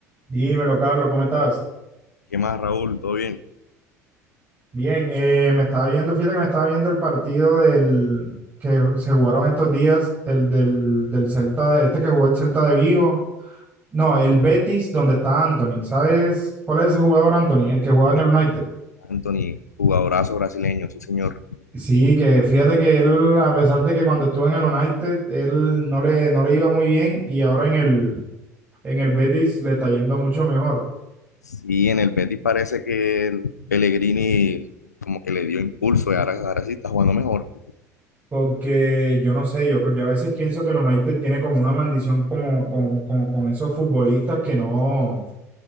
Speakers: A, on the right; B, on the left.
A: Dímelo, Carlos, ¿cómo estás?
B: ¿Qué más, Raúl? ¿Todo bien?
A: Bien, eh, me estaba viendo, fíjate que me estaba viendo el partido del que se jugaron estos días, el del, del Celta, de- este que jugó el Celta de Vigo, no, el Betis, donde está Anthony. ¿Sabes cuál es ese jugador, Anthony? El que jugaba
B: Eh,
A: en el United.
B: Anthony, jugadorazo brasileño, sí, señor.
A: Sí, que fíjate que él, a pesar de que cuando estuvo en el United, él no le, no le iba muy bien y ahora en el, en el Betis le está yendo mucho mejor.
B: Sí, en el Betis parece que el Pellegrini como que le dio impulso y ahora, ahora sí está jugando mejor.
A: Porque yo no sé, yo, yo a veces pienso que el United tiene como una maldición como, como, como con esos futbolistas que no,